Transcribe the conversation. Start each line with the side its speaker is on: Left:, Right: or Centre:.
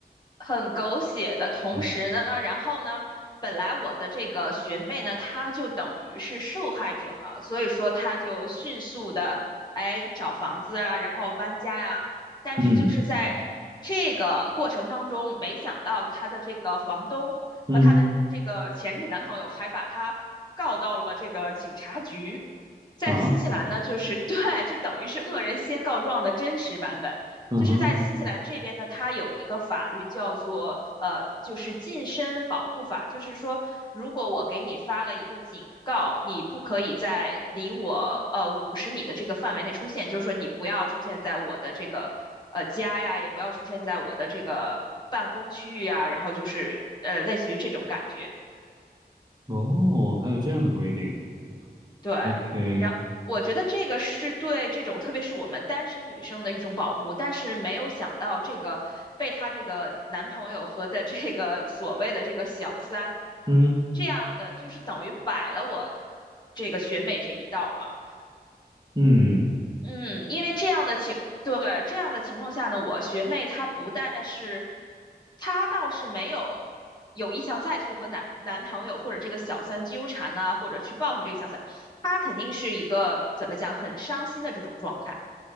Left: 很狗血的同时呢，
Right: 嗯
Left: 然后呢，本来我的这个学妹呢，她就等于是受害者嘛，所以说她就迅速的哎找房子啊，然后搬家呀、但是就是在这个过程当中，
Right: 嗯
Left: 没想到她的这个房东和她的这个前任男朋友还把她告到了这个警察局。
Right: 嗯
Left: 在新西兰呢，
Right: 啊，
Left: 就是 <laughs> 对，就等于是恶人先告状的真实版本。
Right: 嗯哼，
Left: 就是在新西兰这边呢，它有一个法律叫做呃，就是近身保护法，就是说，如果我给你发了一个警告，你不可以在离我呃五十米的这个范围内出现，就是说你不要出现在我的这个呃家呀，也不要出现在我的这个办公区域啊，然后就是呃类似于这种感觉。
Right: 哦，还有这样的规定。
Left: 对，
Right: OK，
Left: 然我觉得这个是对这种特别是我们单身女生的一种保护，但是没有想到这个被她这个男朋友和的这个所谓的这个小三，
Right: 嗯
Left: 这样的就是等于摆了我这个学妹这一道嘛。
Right: 嗯，
Left: 嗯，因为这样的情，对，这样的情况下呢，我学妹她不但是，她倒是没有有意向再去和男男朋友或者这个小三纠缠呢、或者去报复这个小三，她肯定是一个怎么讲很伤心的这种状态。